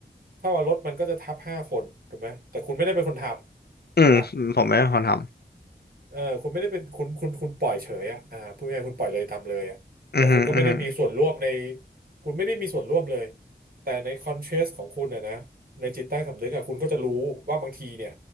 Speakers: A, on the right; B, on the left.
A: ถ้าว่ารถมันก็จะทับห้าคนถูกไหมแต่คุณไม่ได้เป็นคนทำถูกไหมล่ะ
B: อืมผมไม่เป็นคนท
A: เออคุณไม่ได้เป็นคุณคุณคุณปล่อยเฉยอ่ะอ่าพูดง่ายๆคุณปล่อยเลยตามเลยอ่ะแต่คุณก็ไม่ได้มีส่วนร่วมใน
B: ำอือฮึอือฮึ
A: คุณไม่ได้มีส่วนร่วมเลยแต่ในคอนเชสของคุณนะนะในจิตใต้สำนึกอ่ะคุณก็จะรู้ว่าบางทีเนี่ย